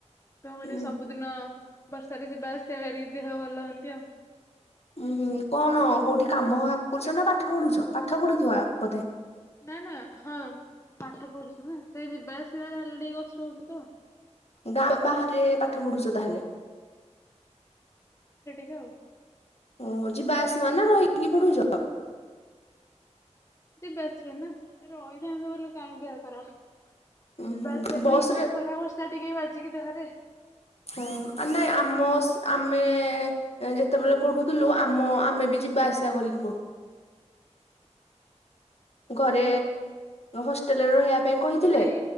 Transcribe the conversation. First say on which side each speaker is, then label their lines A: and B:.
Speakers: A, on the left; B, on the left.
A: କଣ କରିବା
B: ହୁଁ
A: ସବୁଦିନ ବର୍ଷାରେ ଯିବା ଆସିବା ହେରି, ଦେହ ଭଲ ହେନ୍ତି ଆଉ।
B: ଉଁ ହୁଁ କଣ, କୋଉଠି କାମ କରୁଛ ନା ପାଠ ପଢୁଛ? ପାଠ ପଢୁଥିବା ବୋଧେ!
A: ନା ନା ହଁ ପାଠ ପଢୁଛୁ ନା, ସେ ଯିବା ଆସିବା ଖାଲି ଟିକେ କଷ୍ଟ ହଉଛି ତ।
B: ଗାଁ ର ବାହାରେ ପାଠ ପଢୁଛ ତାହେଲେ।
A: ତି ଆଉ।
B: ଓହ ଯିବା ଆସିବା ନା ରହିକି ପଢୁଛ?
A: ଯିବା ଆସିବା ନା ରହିକି <unintelligible> କାହିଁକି ଦେହ ଖରାପ,
B: ଉଁ
A: ଯିବା
B: ହୁଁ
A: ଆସିବା
B: ବସ
A: ପାଇଁ ଏମିତି
B: ରେ
A: ଖରା ବର୍ଷା ଟିକେ ବା ବାଯିକି ଦେହରେ
B: ହଁ ଆ ନାଇଁ ଆମ, ଆମେ ଯେତେବେଳେ ପଢୁଥିଲୁ, ଆମ ଆମେ ବି ଯିବା ଆସିବା କରିକି ପଢୁ।
A: <inaudible>
B: ଘରେ ହଷ୍ଟେଲରେ ରହିବା ପାଇଁ କହିଥିଲେ
A: ନାଇଁ